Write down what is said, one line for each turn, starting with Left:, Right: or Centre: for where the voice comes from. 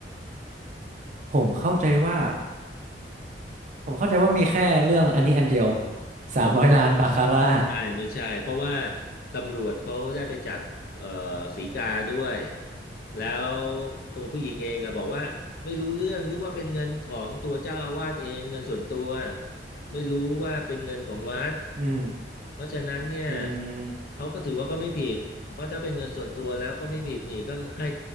Right: ผมเข้าใจว่าผมเข้าใจว่ามีแค่เรื่องอันนี้อันเดียวสามร้อยล้านบาคาร่า
Left: อ๋อไม่ใช่ไม่ใช่เพราะว่าตำรวจเขาได้ไปจับเอ่อศรีกาด้วยแล้วตัวผู้หญิงเองอะบอกว่าไม่รู้เรื่องนึกว่าเป็นเงินของตัวเจ้าอาวาสเองเงินส่วนตัวไม่รู้ว่าเป็นเงินของวัด
Right: อืม
Left: เพราะฉะนั้นเนี่ย
Right: อืม
Left: เขาก็ถือว่าเขาไม่ผิดเพราะถ้าเป็นเงินส่วนตัวแล้วก็ไม่ผิดนี่ก็ให้